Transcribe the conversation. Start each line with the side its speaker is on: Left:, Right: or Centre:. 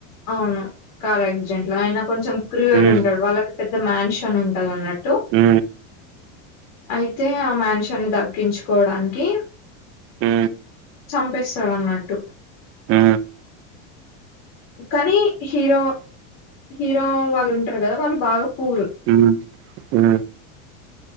Left: అవును కార్ యాక్సిడెంట్ లో అయిన కొంచెం క్రూరియల్
Right: ఉమ్,
Left: ఉంటడు వాళ్ళకి పెద్ద మ్యాన్షన్ ఉంటది అన్నట్టు
Right: ఉ
Left: అయితే ఆ మ్యాన్షన్ని దగ్గించుకోవడానికి
Right: ఉ
Left: చంపిస్తాడు అన్నట్టు
Right: ఉ
Left: కనీ హీరో హీరో వాళ్ళు ఉంటారు కదా వాళ్ళు బాగా పూర్
Right: ఉ ఉ